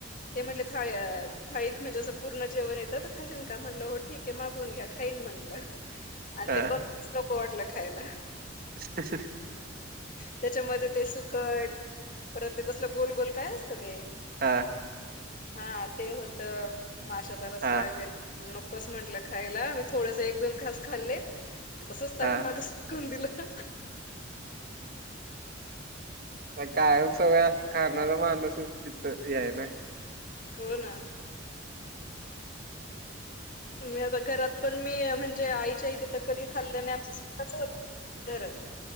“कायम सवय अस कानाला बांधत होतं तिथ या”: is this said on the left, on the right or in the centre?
Right